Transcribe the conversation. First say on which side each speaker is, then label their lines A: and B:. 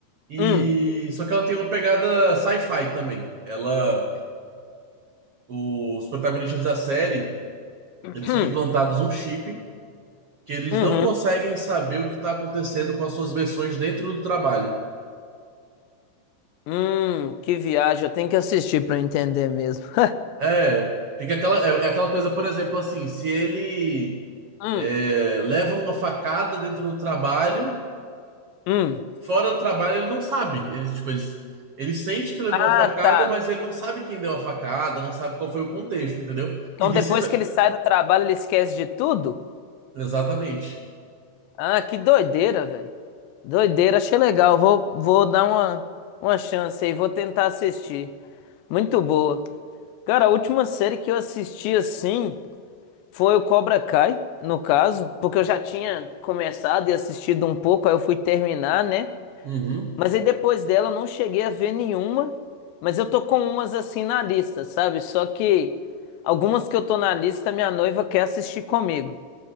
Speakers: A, on the right; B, on the left.
A: E
B: Hum.
A: só que ela tem uma pegada sci-fi também. Ela, os protagonistas da série, eles
B: Hum.
A: são implantados um chip que eles
B: Uhum.
A: não conseguem saber o que está acontecendo com as suas versões dentro do trabalho.
B: Hum, que viagem. Eu tenho que assistir pra eu entender mesmo. <laughs>
A: É, fica aquela, é, é aquela coisa, por exemplo, assim, se ele
B: Hum.
A: é, leva uma facada dentro do trabalho,
B: Hum.
A: fora do trabalho ele não sabe. Ele, tipo, ele, ele sente que levou
B: Ah,
A: uma facada,
B: tá.
A: mas ele não sabe quem deu a facada, não sabe qual foi o contexto, entendeu?
B: Então
A: E vice-versa.
B: depois que ele sai do trabalho, ele esquece de tudo?
A: Exatamente.
B: Ah, que doideira, velho. Doideira, achei legal. Vou, vou dar uma, uma chance aí, vou tentar assistir. Muito boa. Cara, a última série que eu assisti assim foi o Cobra Kai, no caso, porque eu já tinha começado e assistido um pouco, aí eu fui terminar, né?
A: Uhum.
B: Mas aí depois dela eu não cheguei a ver nenhuma, mas eu tô com umas assim na lista, sabe? Só que algumas que eu tô na lista, minha noiva quer assistir comigo.